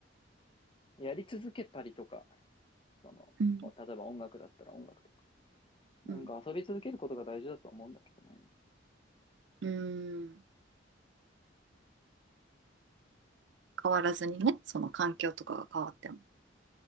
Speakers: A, on the left; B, on the right.
A: やり続けたりとか、その、
B: うん。
A: 例えば音楽だったら音楽とか、なんか遊び続けることが大事だと思うんだけどね。
B: うん。うん。変わらずにね。その環境とかが変わっても。